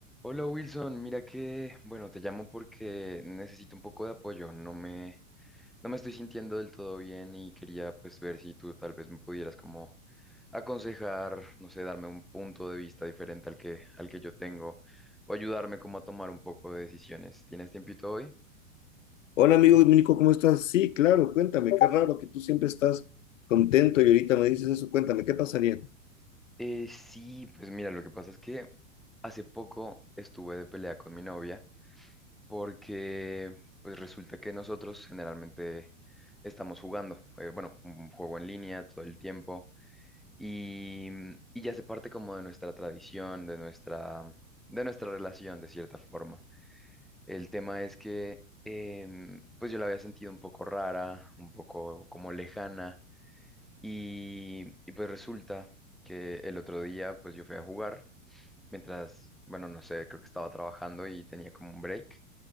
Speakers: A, in the centre; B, on the left (about 65°).
A: Hola Wilson, mira que, bueno, te llamo porque necesito un poco de apoyo, no me, no me estoy sintiendo del todo bien y quería pues ver si tú tal vez me pudieras como aconsejar, no sé, darme un punto de vista diferente al que, al que yo tengo o ayudarme como a tomar un poco de decisiones. ¿Tienes tiempito hoy?
B: Hola amigo Dominico, ¿cómo estás? Sí, claro, cuéntame, qué raro que tú siempre estás contento y ahorita me dices eso, cuéntame, ¿qué pasaría?
A: Eh, sí, pues mira, lo que pasa es que hace poco estuve de pelea con mi novia porque pues resulta que nosotros generalmente estamos jugando, eh, bueno, un juego en línea todo el tiempo y, y ya se parte como de nuestra tradición, de nuestra, de nuestra relación de cierta forma. El tema es que em, pues yo la había sentido un poco rara, un poco como lejana y, y pues resulta que el otro día pues yo fui a jugar mientras, bueno, no sé, creo que estaba trabajando y tenía como un break